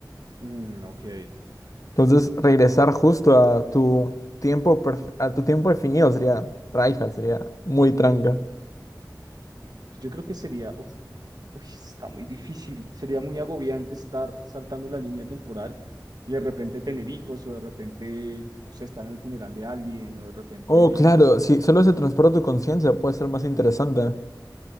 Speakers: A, on the right; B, on the left.
A: mm, ok. Pues
B: Entonces, regresar justo a tu tiempo perf- a tu tiempo definido sería tryhard, sería muy tranca.
A: Yo creo que sería, uf, uy, esto está muy difícil. Sería muy agobiante estar saltando la línea temporal y de repente tener hijos o de repente, o sea, estar en el funeral de alguien o de repente,
B: Oh, claro,
A: se-
B: si solo se transporta tu conciencia, puede ser más interesante.